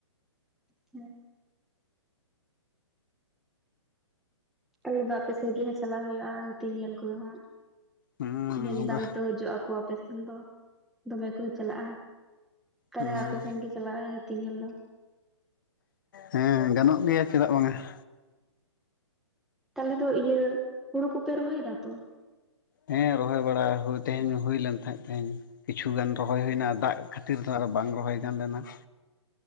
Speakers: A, in the centre; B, on the left.
A: <inaudible> ᱛᱟᱦᱚᱞᱮ ᱫᱚ ᱟᱯᱮᱥᱮᱜ ᱜᱮ ᱦᱟᱸᱜ ᱪᱟᱞᱟᱣ ᱦᱩᱭᱩᱜᱼᱟ ᱦᱟᱹᱛᱤ ᱧᱮᱞ ᱠᱚᱫᱚ ᱦᱟᱸᱜ ᱾
B: ᱦᱩᱸ
A: ᱢᱮᱱᱫᱟᱢ
B: ᱟᱫᱚ
A: ᱛᱚ ᱦᱤᱡᱩᱜ ᱟᱠᱚ ᱟᱯᱮ ᱥᱮᱱ ᱫᱚ ᱫᱚᱢᱮ ᱠᱚ ᱪᱟᱞᱟᱜᱼᱟ ᱛᱟᱦᱚᱞᱮ
B: ᱦᱩᱸ
A: ᱟᱯᱮ ᱥᱮᱱ ᱜᱮ ᱪᱟᱞᱟᱜᱼᱟ ᱦᱟᱹᱛᱤ ᱧᱮᱞ ᱫᱚ
B: ᱦᱮᱸ ᱜᱟᱱᱚᱜ ᱜᱮᱭᱟ ᱪᱮᱫᱟᱜ ᱵᱟᱝᱼᱟ ᱾
A: ᱛᱟᱦᱚᱞᱮ ᱫᱚ ᱤᱭᱟᱹ ᱦᱩᱲᱩ ᱠᱚᱯᱮ ᱨᱚᱦᱚᱭ ᱫᱟ ᱛᱚ?
B: ᱦᱮᱸ ᱨᱚᱦᱚᱭ ᱵᱟᱲᱟ ᱦᱩᱭ ᱛᱮᱦᱮᱧ ᱦᱚᱸ ᱦᱩᱭ ᱞᱮᱱ ᱛᱟᱦᱮᱸ ᱛᱮᱦᱮᱸᱧ ᱾ ᱠᱤᱪᱷᱩ ᱜᱟᱱ ᱨᱚᱦᱚᱭ ᱦᱳᱭᱱᱟ ᱫᱟᱜ ᱠᱷᱟᱹᱛᱤᱨ ᱫᱚ ᱟᱨᱦᱚᱸ ᱵᱟᱝ ᱨᱚᱦᱚᱭ ᱜᱟᱱ ᱞᱮᱱᱟ ᱾